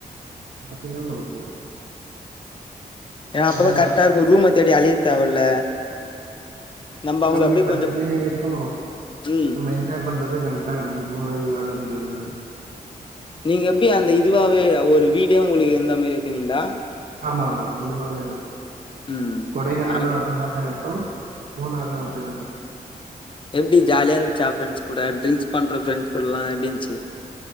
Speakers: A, on the right; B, on the left.
A: <unintelligible>
B: ஏ அப்பதா
A: ஏன்னா
B: கரெக்டா இருக்கு ரூம்ம தேடி அலைய தேவல்ல நம்ம அவங்கள
A: கம்மி
B: அப்படியே
A: பட்ஜெட்லயு
B: கொஞ்சம்
A: இருக்கோ
B: ம்.
A: நம்ம எ ஷேர் பண்றதுக் கரெக்டா இருக்கு போறது வர்றதுக் எல்லாமே
B: நீங்க எப்டி அந்த இதுவாவே ஒரு வீடே உங்களுக்கு இந்த மாரி எத்துனிங்ளா
A: ஆமா ஆமா அந்த மாரிதா எடுத்தோ
B: ம்.
A: கொடைக்கானல்ல
B: நான்
A: அதே மாரி தா எடுத்தோ மூனார்ல அப்டிதாங்க
B: எப்டி ஜாலியா இருந்துச்சா ஃபிரெண்ட்ஸ் கூட ட்ரிங்க்ஸ் பண்ற ஃபிரெண்ட்ஸ் கூடல்லா எப்டி இருந்துச்சு